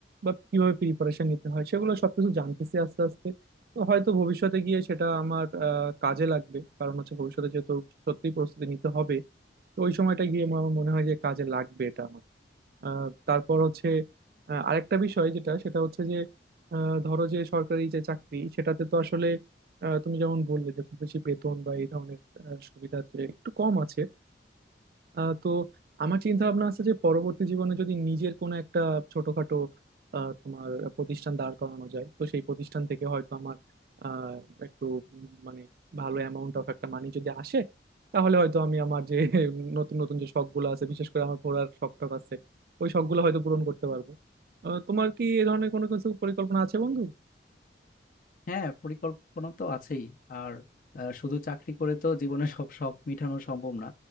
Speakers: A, on the right; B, on the left.
A: বা কিভাবে প্রিপারেশন নিতে হয় সেগুলো সবকিছু জানতেছি আস্তে আস্তে তো হয়তো ভবিষ্যতে গিয়ে সেটা আমার আহ, কাজে লাগবে কারণ হচ্ছে ভবিষ্যতে যেহেতু সত্যি প্রস্তুতি নিতে হবে তো ওই সময়টা গিয়ে আমার মনে হয় যে কাজে লাগবে এটা আমার আহ, তারপর হচ্ছে আহ, আরেকটা বিষয় যেটা সেটা হচ্ছে যে আহ, ধরো যে সরকারি যে চাকরি সেটাতে তো আসলে আহ, তুমি যেমন বললে যে খুব বেশি বেতন বা এই ধরনের আহ, সুবিধা যে একটু কম আছে আহ, তো আমার চিন্তা ভাবনা আছে যে পরবর্তী জীবনে যদি নিজের কোনো একটা ছোটখাটো আহ, তোমার প্রতিষ্ঠান দাঁড় করানো যায় তো সেই প্রতিষ্ঠান থেকে হয়তো আমার আহ, একটু উম, মানে ভালো অ্যামাউন্ট অফ একটা মানি যদি আসে তাহলে হয়তো আমি আমার যে <laughs> নতুন নতুন যে শখগুলো আছে বিশেষ করে আমার ঘোরার শখ টখ আছে ওই শখগুলো হয়তো পূরণ করতে পারবো আহ, তোমার কি এ ধরনের কোনো কিছু পরিকল্পনা আছে বন্ধু
B: হ্যাঁ পরিকল্পনা তো আছেই আর আহ, শুধু চাকরি করে তো জীবনে সব শখ মিটানো সম্ভব না